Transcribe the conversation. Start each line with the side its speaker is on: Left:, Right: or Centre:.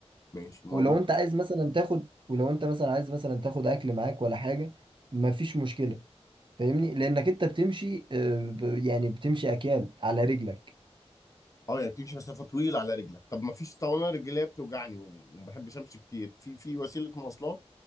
Left: ماشي
Right: ولو
Left: ميه
Right: انت عايز مثلا تاخد ولو انت مثلا عايز مثلا تاخد اكل معاك ولا حاجه مفيش مشكله فاهمني لانك انت بتمشي آه، ب- يعني بتمشي اكيال على رجلك
Left: اه يعني بتمشي مسافه طويله على رجلك طب ما فيش طب انا رجليا بتوجعني وما بحبش امشي كتير في في وسيله مواصلات